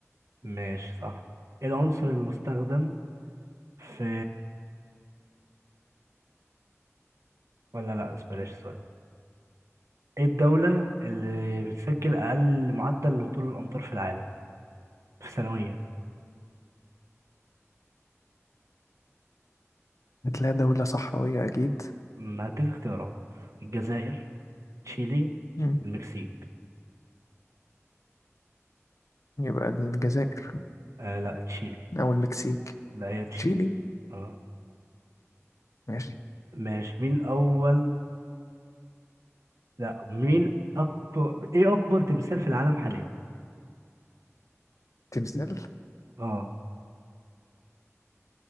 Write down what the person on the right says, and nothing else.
ماشي صح ايه العنصر المستخدم في ولا لا بلاش السؤال ايه الدولة اللي بتسجل أقل معدل لهطول الأمطار في العالم في سنويا؟
أمم، هديك اختيارات الجزائر تشيلي
المكسيك
آه لا تشيلي
لا هي تشيلي
اه
ماشي مين أول لا مين أكبر ايه أكبر تمثال في العالم حاليا؟
اه